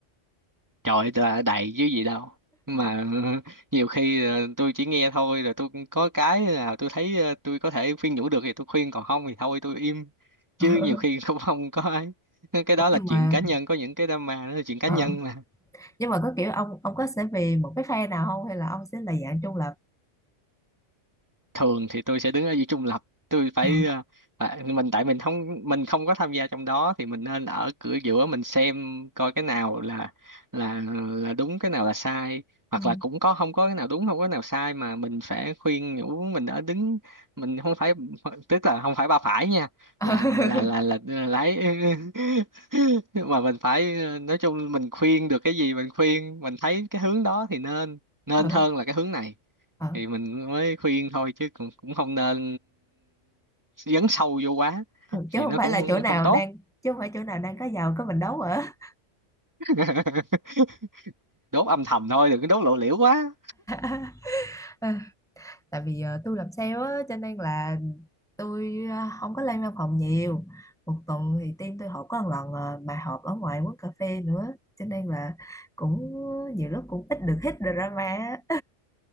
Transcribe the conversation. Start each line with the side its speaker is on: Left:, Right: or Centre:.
Right: trời là đầy chứ gì đâu nhưng mà <laughs> nhiều khi ờ, tôi chỉ nghe thôi rồi tôi cũng có cái nào tôi thấy ờ, tôi có thể khuyên nhủ được thì tôi khuyên còn không thì thôi tôi im chứ
Centre: <laughs>
Right: nhiều khi <laughs> cũng không có ấy cái
Centre: Ờ,
Right: đó là
Centre: nhưng
Right: chuyện
Centre: mà
Right: cá nhân có những cái drama đó là chuyện cá
Centre: ờ
Right: nhân
Centre: nhưng mà có kiểu ông ông có sẽ về một cái phe nào không hay là ông sẽ là dạng trung lập
Right: thường thì tôi sẽ đứng ở giữa trung lập tôi phải
Centre: ờ
Right: ờ, à, mình tại mình không mình không có tham gia trong đó thì mình nên ở cửa giữa mình xem coi cái nào là là là đúng cái nào là sai hoặc
Centre: ừ.
Right: là cũng có không có cái nào đúng không có cái nào sai mà mình phải khuyên nhủ mình ở đứng mình không phải tức là không phải ba phải nha
Centre: <laughs>
Right: là là là là, là lái <laughs> mà mình phải ờ, nói chung mình khuyên được cái gì mình khuyên mình thấy cái hướng đó thì nên nên
Centre: ờ
Right: hơn là cái hướng này
Centre: ờ
Right: thì mình mới khuyên thôi chứ cũng cũng không nên dấn sâu vô quá
Centre: ờ ừ, chứ
Right: thì
Centre: không
Right: nó
Centre: phải
Right: cũng
Centre: là chỗ nào
Right: không tốt
Centre: đang chứ không phải chỗ nào đang có giàu có mình đấu hả
Right: <laughs> đốt âm thầm thôi đừng có đốt lộ liễu quá
Centre: <laughs> Ờ, tại vì ờ, tôi làm sale á cho nên là tôi à, không có lên văn phòng nhiều một tuần thì team tôi họp có một lần à, mà họp ở ngoài quán cà phê nữa cho nên là cũng ờ, nhiều lúc cũng ít được hít drama á.